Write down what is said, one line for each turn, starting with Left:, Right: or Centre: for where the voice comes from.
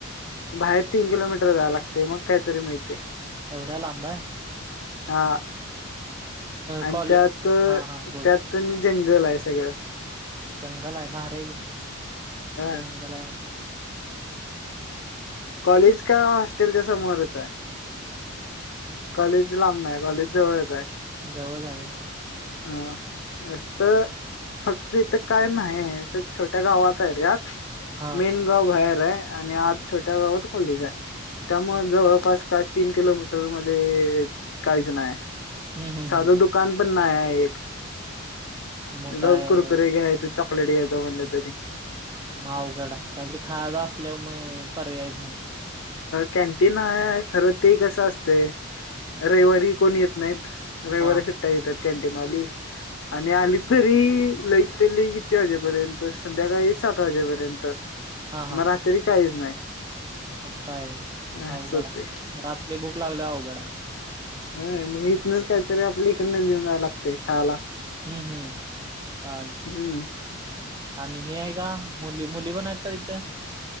Left: बाहेर तीन किलोमीटर जावं लागतंय मग काहीतरी मिळतंय.
Right: एवढ्या लांबाय.
Left: हा आणि
Right: कॉल
Left: त्यात
Right: हा हा बोल
Left: त्यात जंगल आहे सगळं
Right: जंगल हाय भारी हाय की मग जंगल
Left: ह
Right: आहे म्हटल्यावर
Left: कॉलेज का हॉस्टेलच्या समोरच आहे कॉलेज लांब नाय कॉलेज जवळच आहे
Right: जवळज हाय व्हय
Left: हा तर, फक्त तिथं काय नाहीय छोट्या गावात हाय एरीयात
Right: हा
Left: मेन गाव बाहेर आहे आणि आज छोट्या गावात खोलीच हाय त्यामुळे
Right: हम्म
Left: जवळपास का तीन किलोमीटर मध्ये काहीच नाही.
Right: हम्म
Left: साधं
Right: हम्म
Left: दुकान पण नाही एक
Right: मग काय
Left: जाऊन कुरकुरे घ्यायचं चॉकलेट घ्यायचं म्हणलं तरी.
Right: मग अवघड आहे. काहीतरी खायाच असल्यावर मग पर्यायच नाही.
Left: कॅन्टीन हाय खर ते कसं असतय रविवारी कोण येत नाहीत. रविवारी
Right: हा
Left: सुट्टया देत्यात कॅन्टीनवाली आणि आली तरी लईतली किती वाजेपर्यंत संध्याकाळी सात वाजेपर्यंत
Right: हा हा
Left: मग रात्री काहीच नाही.
Right: असं आहे.
Left: असं
Right: अवघड
Left: होतय
Right: हाय रात्री भूक लागल्या वर अवघड आहे.
Left: हाय मग इथनंच कायतरी आपल इकडूनच घेऊन जायला लागते खायला.
Right: हम्म हम्म आ
Left: हम्म
Right: आणि हे आहे का मुली मुली पण आहेत का तिथे?